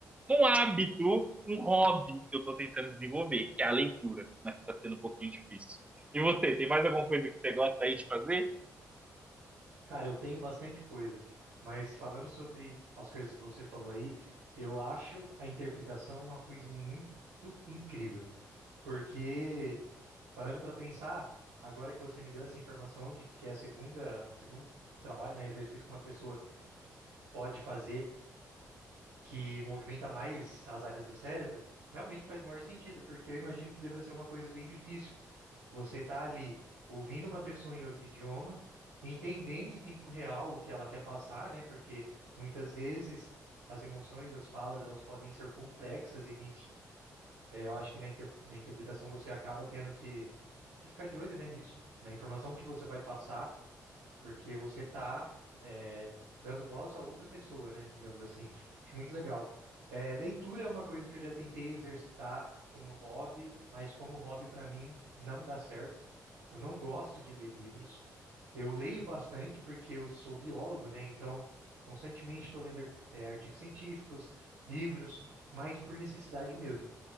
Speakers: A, on the right (about 15°); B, on the right (about 80°).
A: um hábito, um hobby que eu estou tentando desenvolver, que é a leitura, mas está sendo um pouquinho difícil. E você, tem mais alguma coisa que você gosta aí de fazer?
B: Cara, eu tenho bastante coisa, mas falando sobre as coisas que você falou aí, eu acho a interpretação uma coisa muito incrível. Porque, parando para pensar, agora que você me deu essa informação de que é a segunda, segundo trabalho, né, exercício que uma pessoa pode fazer que movimenta mais as áreas do cérebro, realmente faz maior sentido, porque eu imagino que deva ser uma coisa bem difícil. Você tá ali ouvindo uma pessoa em outro idioma, entendendo em tempo real o que ela quer passar, né? Porque muitas vezes as emoções, as falas, elas podem ser complexas e a gente é, eu acho que na, inter- na interpretação você acaba tendo que, que ficar de olho, né, nisso, na informação que você vai passar, porque você está dando voz a outra pessoa, né, digamos assim. Acho muito legal. É, leitura é uma coisa que eu já tentei exercitar como hobby, mas como hobby para mim não dá certo. Eu não gosto de ler livros. Eu leio bastante porque eu sou biólogo, né? Então, constantemente estou lendo, é, artigos científicos, livros, mas por necessidade mesmo